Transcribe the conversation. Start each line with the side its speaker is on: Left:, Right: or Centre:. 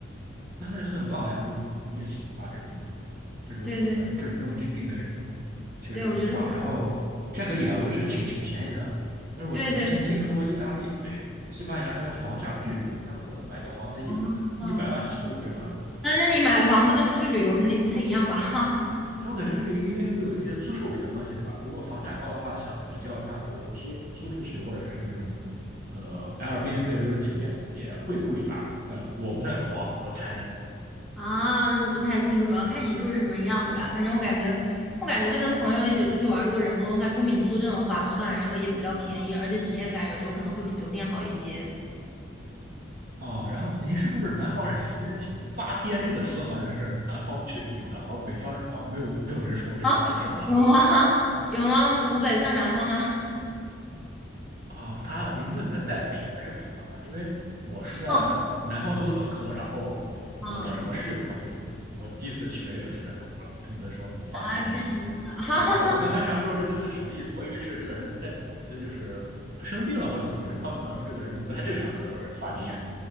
Right: 那那很棒呀！如果你一起的话，这种这种组合，
Centre: 对对对
Right: 这种这种定定的这种确实很棒。
Centre: 对，我觉得是
Right: 然后价格也我觉得挺挺便宜的，但是我之前听说意大利不对西班牙那边房价巨贵，
Centre: 对对对对
Right: 他们说买个房子一百一百万起步是吧？
Centre: 啊，嗯，那那你买房子跟出去旅游肯定不太一样吧？<laughs>
Right: 但我感觉这个应该会有一些租售比的关系，对吧？如果房价高的话，相比较它，比如说租租出去或者是这种呃 Airbnb 或者酒店也会贵一吧？但我不太懂啊，我猜的。
Centre: 啊，不太清楚，要看你住什么样的吧。反正我感觉，我感觉就跟朋友一起出去玩儿如果人多的话，住民宿就很划算，然后也比较便宜，而且体验感有时候可能会比酒店好一些。
Right: 哦，然后您是不是南方人呀？因为“发癫”这个词好像是南方去有的，好像北方啊没有没有人说这个词是吗？
Centre: 啊，有吗？有吗？湖北算南方吗？
Right: 啊，他名字里面带“北”，应该是北方吧？因为我是在南方读的本科，
Centre: <laughs>
Right: 然后我当时我室友他们就我第一次学这个词，
Centre: 啊
Right: 他们说他们都说什么“发癫”，
Centre: 啊，这样子的 <laughs>
Right: 对我我刚开始还不知道这个词是什么意思，我以为是这个人在这就是生病了或者怎么回事，他后来说这个人就不太正常，他说是发癫。